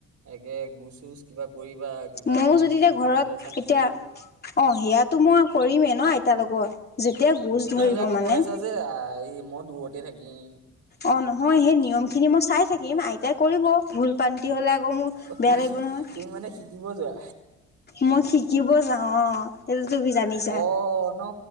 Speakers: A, on the right; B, on the left.
A: একে গোচ -চুচ কিবা কৰিবা কিবা
B: ময়ো
A: নিয়ম
B: যদি এতিয়া
A: চিয়ম
B: ঘৰত
A: থাকিলে চাকি
B: এতিয়া
A: তাকি
B: অঁ সেয়াটো মই কৰিমেই ন আইতাৰ লগত যেতিয়া গোজ
A: তেতিয়াহ'লে
B: ধৰিব
A: আকৌ
B: মানে
A: কৈ আছ যে এই মই দূৰতে থাকিম।
B: অ নহয় সেই নিয়ম খিনি মই চাই থাকিম আইতাই কৰিব, ভুল -পান্তি হলে আকৌ মোৰ
A: অ
B: বেয়া
A: তুমি
B: লাগিব নহয়
A: তুমি মানে শিকিব যোৱা
B: মই শিকিব যাওঁ অ সেইটো তুমি জানিছা
A: অ ন